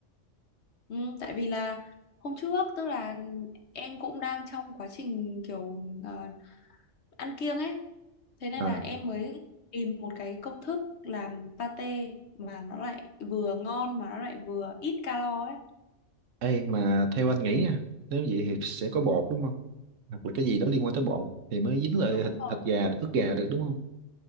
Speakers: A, on the left; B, on the right.
A: Ừ, tại vì là hôm trước tức là em cũng đang trong quá trình kiểu ờ, ăn kiêng ấy thế nên
B: Ờ.
A: là em mới tìm một cái công thức làm pate mà nó lại vừa ngon mà nó lại vừa ít calo ấy
B: Ê, mà theo anh nghĩ nha, nếu vậy thì sẽ có bột đúng không? Hoặc là cái gì đó liên quan tới bột thì mới dính lại
A: đúng
B: thịt,
A: rồi
B: thịt gà, ức gà được đúng không?